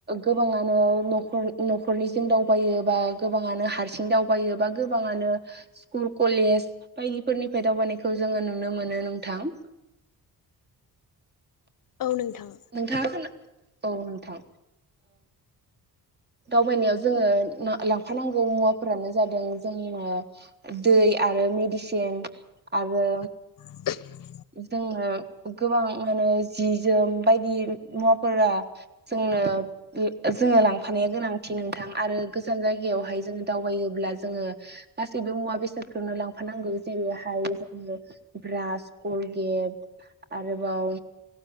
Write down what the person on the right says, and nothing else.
गोबाङानो नखर न'खरनिजोंं दावबायो बा गोबाङानो हारसिं दाव बायोबा गोबाङानो स्कुल कलेज बायदिफोरनिफ्राय दावबायनायखौ जोङो नुनो मोनो नोंथां
नोंथाङा खो औ नोंथां दावबायनायाव जोङो लांफानांगौ मुवाफोरानो जादों जोंनिनो दै आरो मेडिसिन आरो
जोङो गोबां मानो जि जोम बायदि मुवाफोरा जोंनो जोङो लांफानाया गोनां नोंथां आरो गोजान जायगायावहाय जोङो दावबायोब्ला जोङो गासैबो मुवा बेसाद खौनो लांफानांगौ जेरैहाय जोङो ब्रास कलगेट आरोबाव